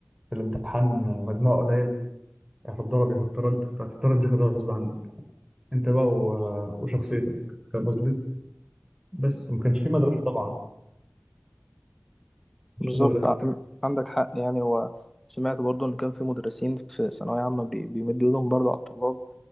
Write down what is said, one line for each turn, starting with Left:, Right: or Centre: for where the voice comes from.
Right: في الامتحان آه، مجموع قليل يا هتتضرب يا هتترد فهتضطر تذاكر غصب عنك انت بقى و- آه، وشخصيتك فاهم قصدي بس وما كانش في مدرسه طبعا مش
Centre: بالظبط
Right: في مدرسه
Centre: ع- عندك حق يعني هو سمعت برضو ان كان في مدرسين في ثانوية عامة بي- بيمدوا ايدهم برضو على الطلاب